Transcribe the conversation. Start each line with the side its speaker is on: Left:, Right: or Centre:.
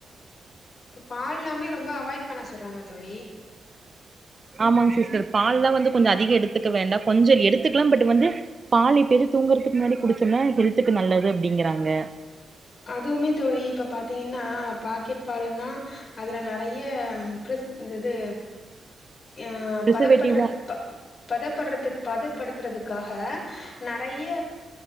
Left: பால்லாமே ரொம்ப அவாய்ட் பண்ண சொல்றாங்க தோழி
Right: ஆமாங்க சிஸ்டர் பால்லாம் வந்து கொஞ்ச அதிக எடுத்துக்க வேண்டா கொஞ்ச எடுத்துக்கலா பட் வந்து பால் எப்பயாது தூங்குறதுக்கு முன்னாடி குடிச்சோம்னா ஹெல்த்துக்கு நல்லது அப்டிங்கிறாங்க
Left: அதுவுமே தோழி இப்போ பாத்தீங்கன்னா பாக்கெட் பாலன்னா அதுல நெறைய பிரஸ் இ இது ஆ
Right: பிரிசர்வேட்டிவ்லா
Left: பதப்படுறது பதப்படுறது பத படுத்துறதுக்காக நெறைய